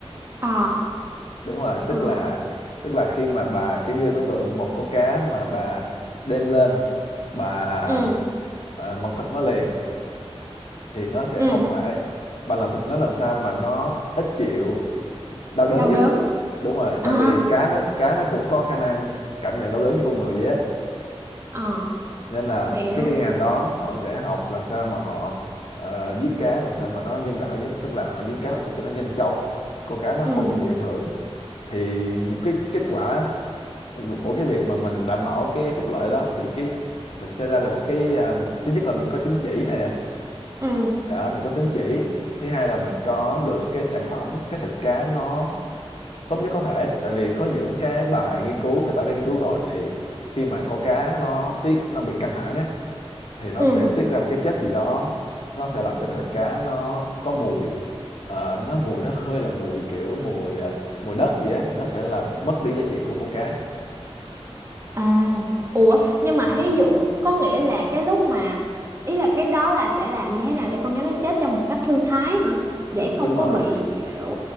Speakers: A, on the right; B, on the left.
A: ờ
B: đúng rồi tức
A: ờ
B: là tức là khi mà bà kiểu như tưởng tượng một con cá mà bà đem lên bà
A: ừ
B: uh, mần thịt nó liền thì nó sẽ
A: ừ
B: không phải bà làm thịt nó làm sao mà nó ít chịu đau đớn
A: đau
B: nhất
A: đớn
B: đúng rồi
A: à
B: tại vì cá nó cá nó cũng có khả năng cảm nhận đau đớn như con người vậy á
A: ờ
B: nên là
A: hiểu
B: cái cái ngành đó họ sẽ học làm sao mà họ ờ, giết cá làm sao mà nó nhân đạo nhất tức là họ giết cá làm sao cho nó nhanh chóng con cá nó
A: ừ
B: không bị ảnh hưởng thì những cái kết quả của cái việc mà mình đảm bảo cái phúc lợi đó thì cái mình sẽ ra được một cái à, mình thứ nhất là mình có tín chỉ nè
A: ừ
B: đó, mình có tín chỉ thứ hai là mình có được cái sản phẩm cái thịt cá nó tốt nhất có thể tại vì có những cái bài nghiên cứu người ta đã nghiên cứu rồi thì khi mà con cá nó tiết nó bị căng thẳng á thì nó
A: ừ
B: sẽ tiết ra một cái chất gì đó nó sẽ làm cho cái thịt cá nó có mùi Ờ, nó mùi nó hơi là mùi kiểu mùi à, mùi đất gì á thì nó sẽ làm mất đi giá trị của con cá
A: À, ủa nhưng mà
B: Ừ.
A: ví dụ có nghĩa là cái lúc mà ý là cái đó là sẽ làm như thế nào để con gái nó chết trong một cách thư thái hả? Để không
B: đúng
A: có
B: rồi
A: bị kiểu